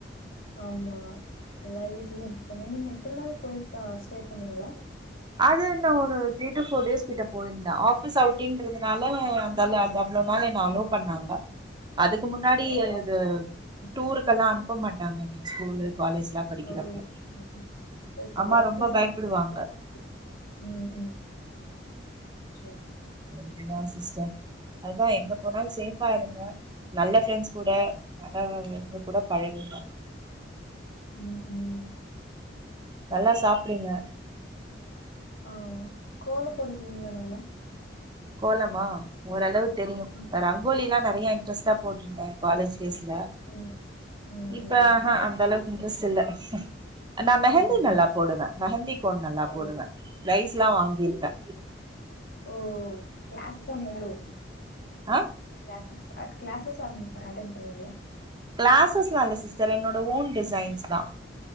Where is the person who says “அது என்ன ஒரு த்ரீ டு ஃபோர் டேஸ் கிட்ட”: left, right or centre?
Right